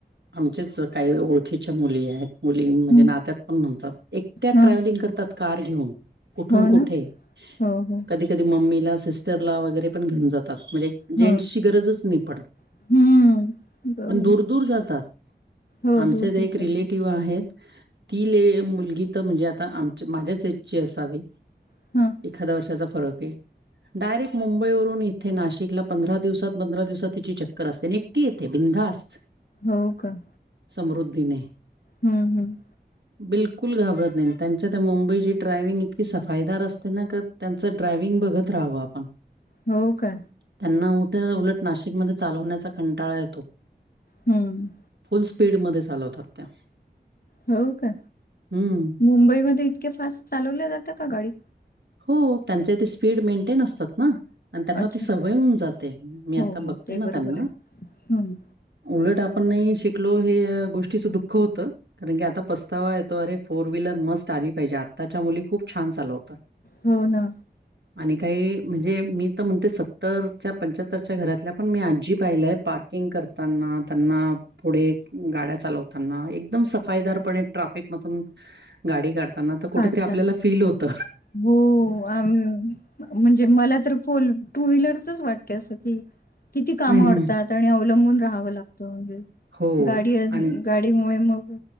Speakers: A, on the right (about 80°); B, on the left (about 60°).
A: आमचेच काही ओळखीच्या मुली आहेत. मुली म्हणजे
B: ह
A: नात्यात पण म्हणतात एकट्या
B: ह
A: ट्रॅव्हलिंग करतात कार घेऊन कुठून
B: हो ना
A: कुठे
B: हो हो.
A: कधी कधी मम्मीला सिस्टरला वगैरे पण घेऊन जातात म्हणजे. जेंट्सची
B: हो
A: गरजच नाही पडत
B: हम्म बरोबर
A: पण दूर
B: आहे
A: दूर जातात.
B: हो
A: आमचे
B: दूर
A: त
B: दूर
A: एक रिलेटिव्ह
B: जात
A: आहेत. ती ले मुलगी तर म्हणजे आता आमच्या माझ्याच एजची असावी.
B: हं
A: एखाद वर्षाचा फरक आहे. डायरेक्ट मुंबई वरून इथे नाशिकला पंधरा दिवसात पंधरा दिवसात तिची चक्कर असते अनं एकटी येथे बिनधास्त.
B: हो का.
A: समृद्धीने
B: हम्म हम्म
A: बिलकुल घाबरत नाही त्यांच्या तर मुंबईची ड्रायविंग इतकी सफाईदार अस त्यां त त्यांचं ड्रायविग बघत राहावं आपण
B: हो का
A: त्यांना उठं उलट नाशिकमध्ये चालवण्याचा कंटाळा येतो
B: हम्म
A: फुल स्पीडमध्ये चालवतात त्या.
B: हो का
A: हम्म.
B: मुंबईमध्ये इतके फास्ट चालवल्या जातं का गाडी
A: हो त्यांच्या तेे स्पीड मेंटेन असतात ना. आणि त्यांना
B: अच्छा
A: ती सवय होऊन जाते मी
B: हो
A: आता
B: हो
A: बघते
B: ते
A: ना
B: बरोबर
A: त्यांना
B: आहे हम्म
A: उलट आपण नाही शिकलो हे गोष्टीचं दुःख होतं कारण की आता पस्तावा येतो अरे फोन फोर व्हीलर मस्ट आली पाहिजे आताच्या मुली खूप छान चालवत.
B: हो ना
A: आणि काही म्हणजे मी तर म्हणते सत्तरच्या पंच्याहत्तरच्या घरातल्या पण मी आजी पाहिलंय पार्क करताना त्यांना पुढे गाड्या चालवताना एकदम सफाईदार ट्राफिक मधून गाडी काढताना तर कुठेतरी
B: काढताना
A: आपल्याला फील होत.
B: हो आ म्हणजे मला तर फोल टू व्हीलरचच वाटते असं कि किती कामं
A: हम्म,
B: अडतात
A: हम्म.
B: आणि अवलंबून राहावं लागतं म्हणजे.
A: हो
B: गाडी
A: आणि
B: गाडीमुळे मग